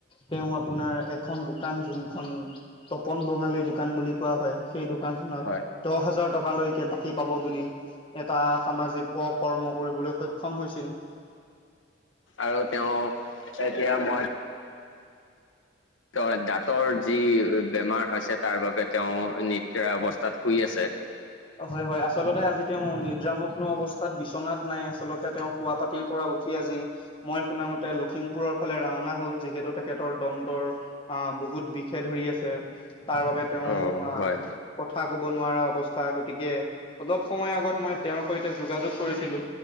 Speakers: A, on the left; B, on the left.
A: তেওঁ আপোনাৰ এখন দোকান যোনখন তপন বঙালী দোকান বুলি কোৱা হয় সেই দোকান খনত
B: হয়
A: দহ হাজাৰ টকালৈ বাকী পাব বুলি এটা সামাজিক অকৰ্ম কৰিবলৈ সক্ষম হৈছিল
B: আৰু তেওঁ এতিয়া মই ত দাঁতৰ যি বেমাৰ হৈছে তাৰ বাবে তেওঁ নিদ্ৰা অৱস্থাত শুই আছে
A: হয় হয় আচলতে আজি তেওঁ নিদ্ৰামগ্ন অৱস্থাত বিচনাত নাই আচলতে তেওঁ হোৱা পাতিৰ পৰা উঠি আজি তি মই শুনামতে লখিমপুৰৰ ফালে ৰাওনা হ'ল যিহেতু তে তেখেতৰ দন্তৰ আ বহুত বিষে ধৰি আছে। তাৰ বাবে তেওঁ
B: অ
A: আহ
B: হয়
A: কথা কব নোৱাৰা অৱস্থা গতিকে অলপ সময় আগত মই তেওঁৰ সৈতে যোগাযোগ কৰিছিলো